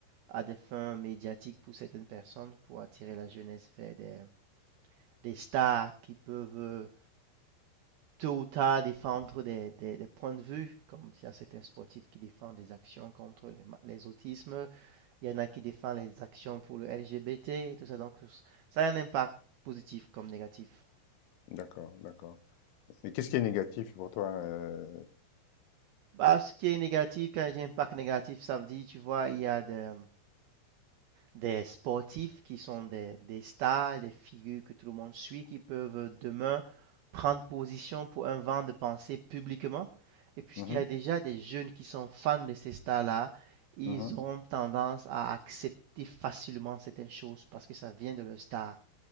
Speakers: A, on the right; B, on the left.
A: à des fins médiatiques pour certaines personnes, pour attirer la jeunesse vers des, des stars qui peuvent euh, tôt ou tard défendre des, des, des points de vue, comme il y a certains sportifs qui défendent des actions contre les, ma- les autismes, il y en a qui défendent les actions pour le LGBT et tout ça. Donc, ça a un impact positif comme négatif.
B: D'accord, d'accord. Mais qu'est-ce qui est négatif pour toi? euh,
A: Bah, ce qui est négatif, quand je dis impact négatif, ça veut dire, tu vois, il y a de, des sportifs qui sont des, des stars, des figures que tout le monde suit, qui peuvent demain prendre position pour un vent de pensée publiquement. Et puisqu'il
B: mhm,
A: y a déjà des jeunes qui sont fans de ces stars-là, ils
B: mhm.
A: ont tendance à accepter facilement certaines choses parce que ça vient de leur star.